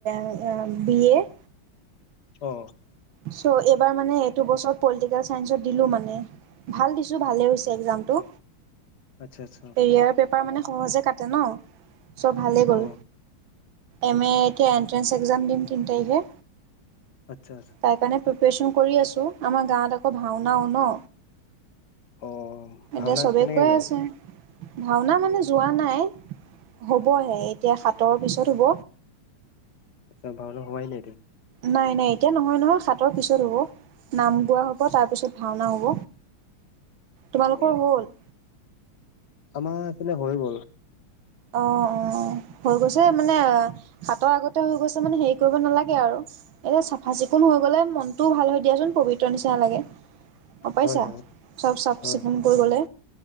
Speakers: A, on the right (about 70°); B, on the left (about 60°).
A: <inaudible> বি এ
B: অ।
A: চ' এইবাৰ মানে এইটো বছৰত পলিটিকেল চাইন্সত দিলোঁ মানে। ভাল দিছোঁ ভালেই হৈছে এক্জামটো।
B: আচ্ছা আচ্ছা
A: কেৰিয়াৰৰ পেপাৰ মানে সহজে কাটে ন চব ভালেই
B: অ
A: গ'ল। এম
B: আচ্ছা
A: এ এতিয়া এণ্ট্ৰেন্স এক্সাম দিম তিন তাৰিখে।
B: আচ্ছা আচ্ছা
A: তাৰ কাৰণে প্ৰি পেৰেচন কৰি আছোঁ আমাৰ গাঁৱত আকৌ ভাওনাও ন।
B: অ ভাওনা
A: এতিয়া চবে
B: কেনেকে
A: কৈ
B: গ'ল
A: আছে ভাওনা মানে যোৱা নাই হ'বহে। এতিয়া সাতৰ পিছত হ'ব।
B: আচ্ছা ভাওনা হোৱাই নাই এতিয়া?
A: নাই নাই এতিয়া নহয় নহয় সাতৰ পিছত হ'ব। নাম গোৱা হ'ব, তাৰপিছত ভাওনা হ'ব। তোমালোকৰ
B: অ
A: হল?
B: আমাৰ এইপিনে হৈ গ'ল।
A: অঁ অঁ হৈ গৈছে মানে হাটৰ আগতে হৈ গৈছে মানে হেৰি কৰিব নালাগে আৰু। এতিয়া চাফা-চিকুণ হৈ গ'লে মনটোও ভাল হৈ দিয়াচোন পবিত্ৰ নিচিনা লাগে। অ পাইছা
B: হয় হয়
A: চব চাফ-
B: হয়
A: চিকুণ কৰি গলে,